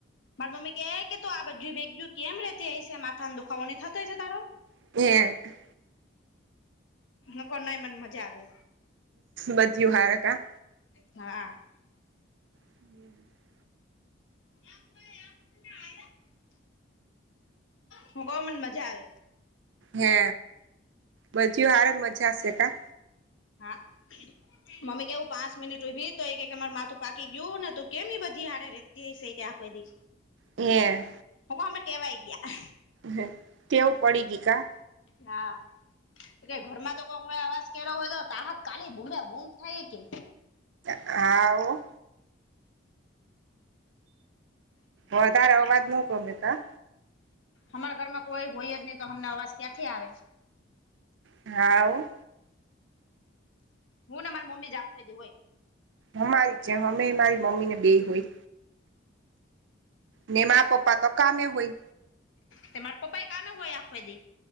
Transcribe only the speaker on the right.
<unintelligible>
બધયું હારકા.
હમ્મ
હે બધું હાર જ મજાશે કા.
એ.
હ તેવ પડી ગઈ કા.
હા. વધારે અવાજ ન ગમે કા.
હા.
અમારી જે અમે મારી મમ્મી ને બે હોય ને મા પપ્પા તો કામે હોય.